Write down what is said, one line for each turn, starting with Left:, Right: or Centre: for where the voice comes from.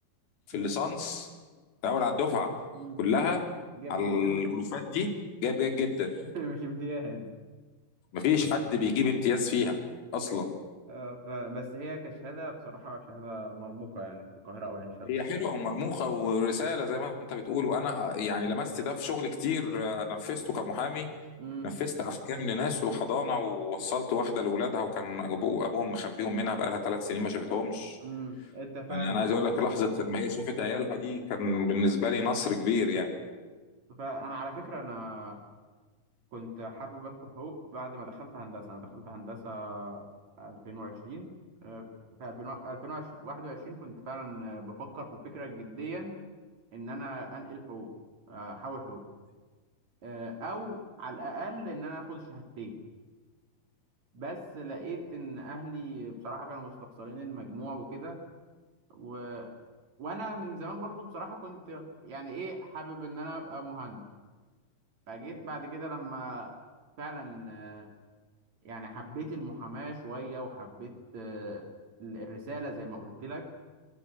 Left: في
Right: امم
Left: الليسانس الاول على الدفعه
Right: امم
Left: كلها
Right: جاب
Left: على
Right: جيد
Left: الالوفات
Right: جدا
Left: دي جايب جيد جدا
Right: <laughs> مش امتياز
Left: مفيش حد بيجيب امتياز فيها اصلا
Right: اه ف... بس هي كشهادة بصراحة شهادة مرموقة يعني في القاهرة او عين شمس
Left: هي حلوه ومرموقه ورساله زي ما انت بتقول وانا يعني لمست ده في شغل كتير آه، نفذته كمحامي
Right: امم
Left: نفذت احكام لناس وحضانه ووصلت واحده لاولادها وكان أبو- ابوهم مخبيهم منها بقالها ثلاث سنين ما شافتهمش
Right: امم انت فعلا
Left: يعني انا عايز
Right: بتحس
Left: اقول لك
Right: ب-
Left: لحظه ما هي شافت عيالها دي كان بالنسبه لي نصر كبير يعني
Right: فانا على فكره انا كنت حابب ادخل حقوق بعد ما دخلت هندسه انا دخلت هندسه 2020 آه، في 2021 كنت فعلا آه، بفكر في الفكره جديا ان انا انقل حقوق آه، احول حقوق آه، او على الاقل ان انا اخد الشهادتين بس لقيت ان اهلي بصراحه كانوا مستخسرين المجموع وكده و... وانا من زمان برضو بصراحه كنت يعني ايه حابب ان انا ابقى مهندس فجيت بعد كده لما فعلا آه، يعني حبيت المحاماة شوية وحبيت آه، ال- الرسالة زي ما قلت لك